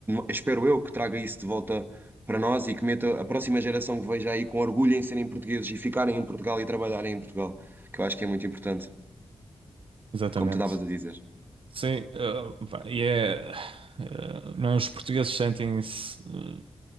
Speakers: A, on the right (about 20°); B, on the right (about 55°).
A: espero eu que traga isso de volta para nós e que meta a próxima geração que veja aí com orgulho em serem portugueses e ficarem em Portugal e trabalharem em Portugal, que eu acho que é muito importante,
B: Exatamente.
A: como tu estavas a dizer.
B: Sim, eh, pá, e é. eh, não, é? os portugueses sentem-se eh,